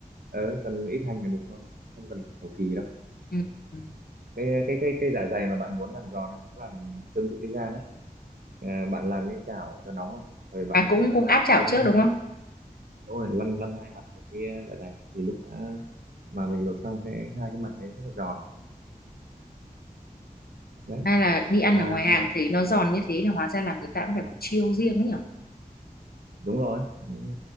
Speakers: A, on the right; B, on the left.
A: ờ, cần ít hành là được thôi không cần phải cầu kỳ đâu
B: Ừ. ừ.
A: cái cái cái cái dạ dày mà bạn muốn làm giòn ấy cũng làm tương tự cái gan ấy à, bạn làm cái chảo cho nóng không rồi bạn
B: À cũng cũng áp chảo
A: lăn
B: trước đúng không?
A: đúng rồi lăn lăn hai mặt của cái ờ, dạ dày thì lúc đã, mà mình luộc xong sẽ hai cái mặt đấy rất là giòn đấy
B: hay là đi ăn
A: là
B: ở ngoài hàng
A: một,
B: thấy nó giòn như thế là hóa ra là người ta cũng phải có chiêu riêng ấy nhở
A: đúng rồi Ừ,